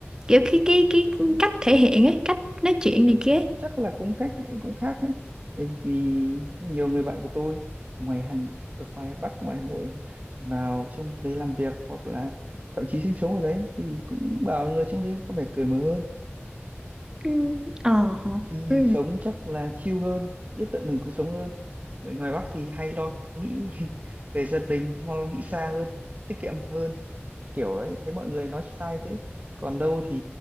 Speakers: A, on the right; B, on the right.
A: Kiểu cái cái cái cách thể hiện ấy, cách nói chuyện này kia. ấy.
B: chắc là cũng cách cũng khác đấy tại vì nhiều người bạn của tôi ngoài Hàn ở ngoài Bắc ngoài Hà Nội vào trong đấy làm việc hoặc là thậm chí sinh sống ở đấy thì cũng bảo người trong đấy có vẻ cởi mở hơn
A: Ừ, ờ, hả?
B: Ừm,
A: ừ,
B: sống chắc là chill hơn biết tận hưởng cuộc sống hơn người ngoài Bắc thì hay lo nghĩ <laughs> về gia đình lo nghĩ xa hơn tiết kiệm hơn kiểu đấy thấy mọi người nói sai thế còn đâu thì